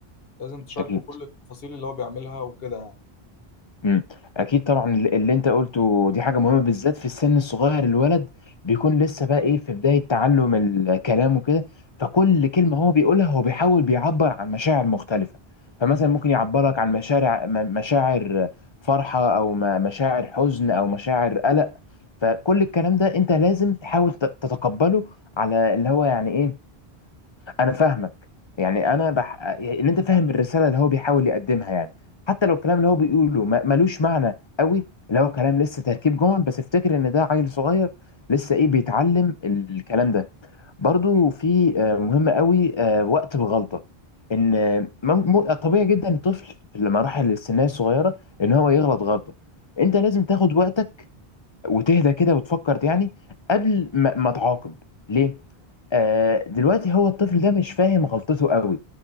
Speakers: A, on the left (about 70°); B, on the left (about 40°).
A: لازم تشاركه
B: اكيد
A: كل التفاصيل اللي هو بيعملها وكده يعني
B: مم. اكيد طبعا الل- اللي انت قلته دي حاجه مهمه بالذات في السن الصغير الولد بيكون لسه بقى ايه في بدايه تعلم الكلام وكده فكل كلمه هو بيقولها هو بيحاول بيعبر عن مشاعر مختلفه فمثلا
A: امم
B: ممكن يعبرك عن مشاعر م- مشاعر فرحه او م- مشاعر حزن او مشاعر قلق فكل الكلام ده انت لازم تحاول ت- تتقبله على اللي هو يعني ايه انا فاهمك يعني انا بح... يعني ان انت فاهم الرساله اللي هو بيحاول يقدمها يعني حتى لو الكلام اللي هو بيقوله ما... ملوش معنى قوي اللي هو كلام لسه تركيب جمل بس افتكر ان ده عيل صغير لسه ايه بيتعلم الكلام ده برضو في آه، مهم قوي آه، وقت الغلطه ان آه، مم- م... طبيعي جدا الطفل في المراحل السنيه الصغيره ان هو يغلط غلطه انت لازم تاخد وقتك وتهدى كده وتفكر يعني قبل ما, ما تعاقب ليه؟ آه دلوقتي هو الطفل ده مش فاهم غلطته قوي